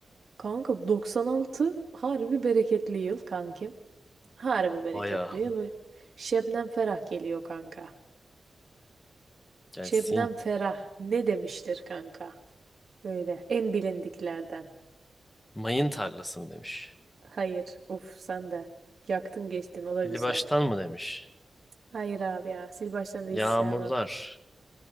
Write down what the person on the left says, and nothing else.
bayağı.
Gelsin.
Mayın tarlası mı demiş.
Dili
baştan mı demiş.
Yağmurlar.